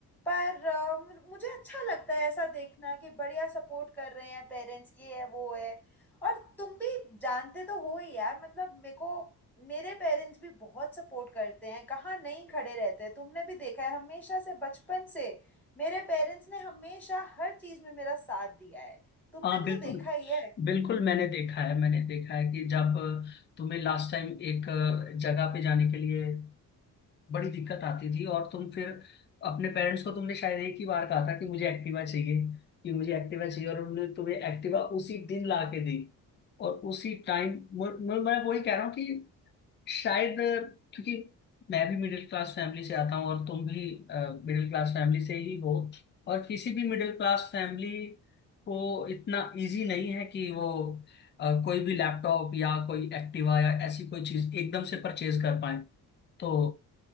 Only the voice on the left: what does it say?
हाँ
बिल्कुल
बिल्कुल मैंने देखा है मैंने देखा है कि जब तुम्हें लास्ट टाइम एक जगह पे जाने के लिए बड़ी दिक्कत आती थी और तुम फिर अपने पेरेंट्स को तुमने शायद एक ही बार कहा था कि मुझे एक्टिवा चाहिए कि मुझे एक्टिवा चाहिए और उन्होंने तुम्हें एक्टिवा उसी दिन ला के दी और उसी टाइम मैं मैं वही कह रहा हूँ कि शायद क्योंकि मैं भी मिडिल क्लास फैमिली से आता हूँ और तुम भी मिडिल क्लास फैमिली से ही हो और किसी भी मिडिल क्लास फैमिली को इतना इजी नहीं है कि वो अ, कोई भी लैपटॉप या कोई एक्टिवा या ऐसी कोई चीज एकदम से परचेज कर पाए तो